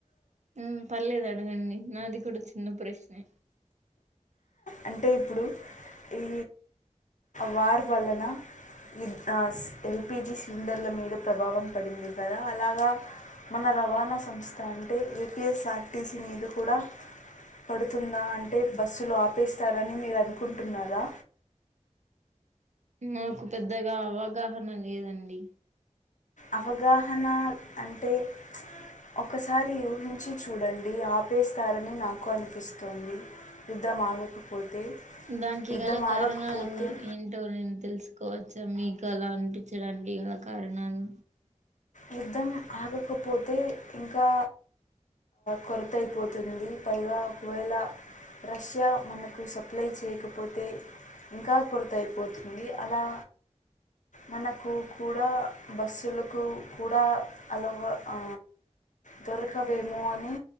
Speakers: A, on the right; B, on the left.
A: ఉ పర్లేద అడుగండి నాది కూడా కూడా చిన్న ప్రశ్న్
B: అంటే ఇప్పుడు ఈ వార్ వల్లన ఇ ఆ ఎల్పిజి సిలిండర్ల మీద ప్రభావం పడింది కదా అలాగా మన రవాణా సంస్థ అంటే ఏపీఎస్ఆర్టీసీ మీద కూడా పడుతుందా అంటే బస్సులో ఆ చెస్తారని మీరు అనుకుంటున్నారా
A: నాకు పెద్దగా అవగాహన లేదండి
B: అవగాహన అంటే ఒకసారి ఊహించి చూడండి ఆపేస్తారని నాకు అనిపిస్తోంది యుద్ధం ఆగకపోతే
A: దానికి
B: యుద్ధం
A: గల కారణాలుఎ
B: ఆగకపోతే
A: ఏంటో నేను తెలుసుకోవచ్చ మీకు అలా అనిపించడానికి అలా కారణాలు
B: యుద్ధం ఆగకపోతే ఇంకా కొరతైపోతుంది పైగా ఒకవేళ రష్యా మనకు సప్లై చేయకపోతే ఇంకా కొరత అయిపోతుంది అలా మనకు కూడా బస్సులకు కూడా హలవ ఆ దొరకవేమో అని